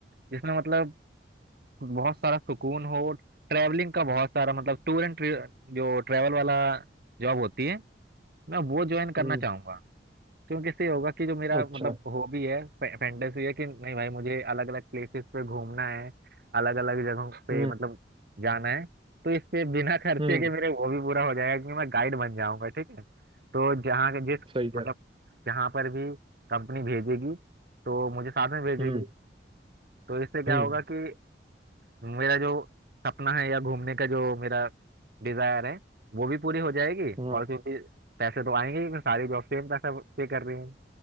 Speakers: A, on the right; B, on the right.
A: जिसमें मतलब बहुत सारा सुकून हो ट्रैवलिंग का बहुत सारा मतलब टूर एंड जो ट्रैवल वाला जॉब होती है मैं वो ज्वाइन करना
B: हम्म
A: चाहूंगा क्योंकि इससे ये होगा कि जो मेरा
B: अच्छा
A: मतलब हॉबी है फैंटेसी है कि नहीं भाई मुझे अलग अलग प्लेसेस पे घूमना है अलग अलग जगहों पे
B: हम्म
A: मतलब जाना है तो इससे बिना <laughs> खर्चे
B: हम्म
A: के मेरे वो भी पूरा हो जाएगा कि मैं गाइड बन जाऊंगा ठीक है तो जहाँ के- जिस
B: सही
A: मतलब
B: है
A: जहाँ पर भी कंपनी भेजेगी तो मुझे साथ में भेजेगी
B: हम्म
A: तो इससे क्या
B: हम्म
A: होगा कि मेरा जो सपना है या घूमने का जो मेरा डिजायर है वो भी पूरी हो जाएगी
B: हम्म
A: और क्योंकि पैसे तो आएंगे ही, मैं सारी जॉब सेम पैसा पे कर रही हूँ